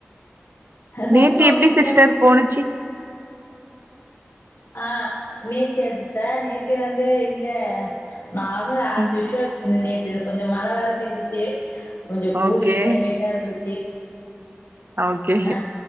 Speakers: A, on the left; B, on the right.
A: சத்து
B: நேத்தி
A: மாவு
B: எப்டி
A: கஞ்செல்லாம்
B: சிஸ்டர் போணுச்சி
A: ஆ நேத்தியா சிஸ்டர் நேத்தி வந்து இங்க நார்மல் அஸ்
B: ம்
A: யூஸ்வல் நேத்தி இது கொஞ்சம் மழ வேற பெஞ்சிச்சி கொஞ்சோ கூலிங்
B: ஓகே
A: க்ளைமேட் ஆ இருந்துச்சி
B: ஓகே
A: அ